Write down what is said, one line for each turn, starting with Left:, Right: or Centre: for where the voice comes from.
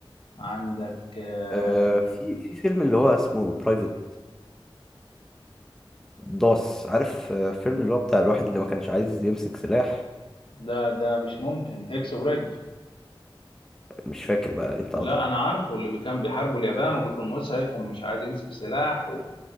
Left: عندك آه،
Centre: آه، في في فيلم اللي هو اسمه برايفت داس عارف آه، فيلم اللي هو بتاع الواحد اللي ما كانش عايز يمسك سلاح
Left: ده ده مش ممكن هيكس وريدج
Centre: مش فاكر بقى انت
Left: لا
Centre: ادرى
Left: انا عارفه اللي بي- كان بيحاربوا اليابان وبيكون مسعف ومش عايز يمسك سلاح